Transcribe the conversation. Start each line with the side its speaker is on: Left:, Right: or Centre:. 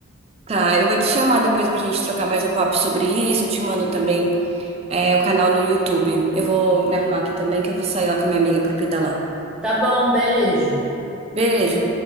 Right: Tá, eu vou te chamar depois pra gente trocar mais um papo sobre isso. Eu te mando também é, o canal no YouTube. Eu vou me arrumar aqui também, que eu vou sair lá com a minha amiga pra pedalar.
Centre: Tá bom, beijo.
Right: Beijo!